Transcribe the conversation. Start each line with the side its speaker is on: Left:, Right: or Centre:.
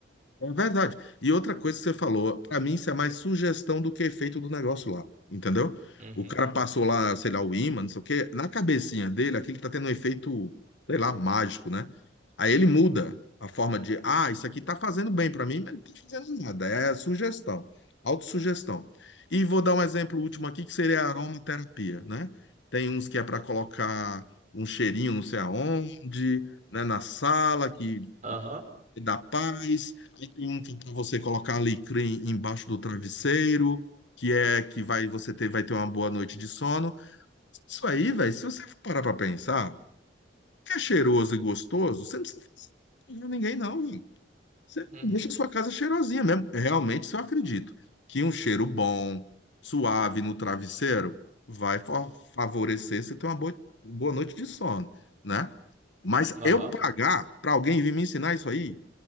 Left: É verdade. E outra coisa que você falou, para mim isso é mais sugestão do que efeito do negócio lá, entendeu?
Right: Uhum.
Left: O cara passou lá, sei lá, o ímã, não sei o quê, na cabecinha dele, aquilo tá tendo um efeito, sei lá, mágico, né? Aí ele muda a forma de, ah, isso aqui tá fazendo bem para mim, mas não tá fazendo nada, é sugestão, autossugestão. E vou dar um exemplo último aqui, que seria a aromaterapia, né? Tem uns que é para colocar um cheirinho não sei aonde, né, na sala, que
Right: Aham.
Left: e da paz, aí tem um que é pra você colocar alecrim embaixo do travesseiro, que é que vai você ter, vai ter uma boa noite de sono. Isso aí, velho, se você for parar pra pensar, que é cheiroso e gostoso, você não precisa enganar ninguém, não, velho. Você
Right: Uhum.
Left: deixa a sua casa cheirosinha mesmo. Realmente, isso eu acredito. Que um cheiro bom, suave no travesseiro vai fa- favorecer você ter uma boa, boa noite de sono, né? Mas
Right: Aham.
Left: eu
Right: Aham.
Left: pagar pra alguém vir me ensinar isso aí,